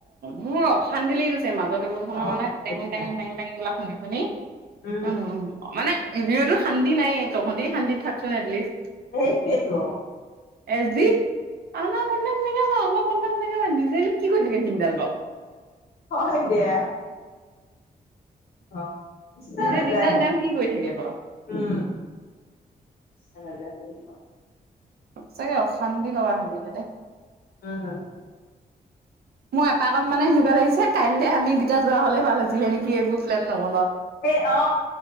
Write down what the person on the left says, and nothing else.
অশান্তি
লাগি
যায়
উম
সেইটো যে টো
হয় দিয়া অ ইচ্ছা
নাযায়
উম, চানদে হিবা <unintelligible>
অ অ
সেই অ